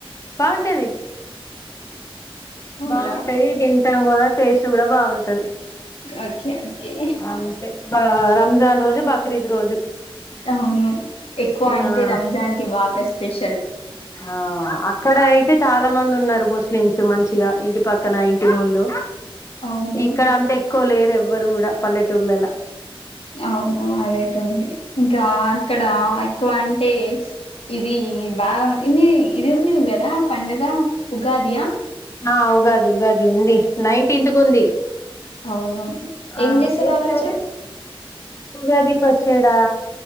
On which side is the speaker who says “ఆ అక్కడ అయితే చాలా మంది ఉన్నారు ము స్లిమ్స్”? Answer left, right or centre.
Left